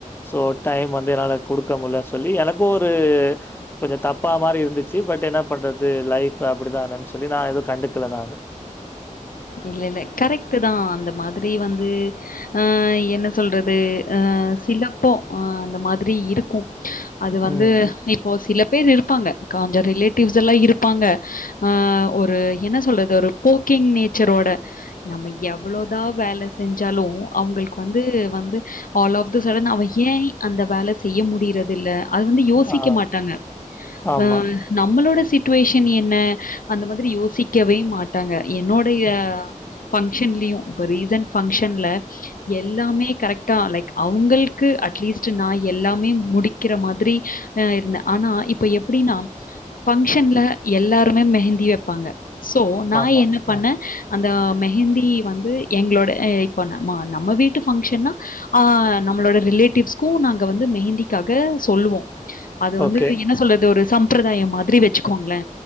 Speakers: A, on the left; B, on the left.
A: சோ டைம் வந்து என்னால கொடுக்க முல்ல சொல்லி எனக்கு ஒருஉ கொஞ்சோ தப்பா மாரி இருந்துச்சு பட் என்ன பண்றது லைப் அப்டிதானேன் சொல்லி நா ஏது கண்டுக துல நானு
B: இல்ல இல்ல கரெக்டுதா அந்த மாதிரி வந்து அ என்ன சொல்றது அ சிலப்போ அ அந்த மாதிரி இருக்கோ அது வந்து
A: ம்.
B: இப்போ சிலப் பேர் இருக்காங்க காஞ்ச ரிலேட்டிவ்ஸ் எல்லா இருப்பாங்க அ ஒரு என்ன சொல்றது ஒரு போக்கிங் நேச்சரோட நம்ம எவ்வளோதா வேல செஞ்சாலு அவுங்களுக் வந்து வந்து ஆல் ஆஃப் த சடன் அவ ஏன் அந்த வேல செய்ய முடியறதில்ல அது வந்து யோசிக்க
A: ஆ.
B: மாட்டாங்க
A: ஆமா.
B: அ நம்மளோட சி சுட்ச்வேஷன் என்ன அந்த மாதிரி யோசிக்கவே மாட் டாங்க என்னோடைய
A: ம்.
B: பங்க்ஷன்லியு இப்ப ரீசன் பங்க்ஷன்ல எல்லாமே கரெக்டா லைக் அவுங்கள்க்கு அட்லீஸ்ட் நா எல்லாமே முடிக்கிற மாதிரி அ இருந்தே ஆனா இப்ப எப்புடின்னா பங்கஷன்ல எல்லாருமே மெஹந்தி வெப்பாங்க சோ நா
A: ஆமா.
B: என்ன பண்ண
A: ம்.
B: அந்த மெஹந்தி வந்து எங்ளோட அ இப்போ நம்ம நம்ம வீட்டு ஃபங்க்ஷன்னா அ நம்மளோட ரிலேட்டிவ்ஸ்க்கு நாங்க வந்து மெஹந்திக்காக சொல்லுவோ அது வந்து
A: ஓகே.
B: என்ன சொல்றதொரு சம்பிரதாயம் மாரி வெச்சுக்கோங்ளே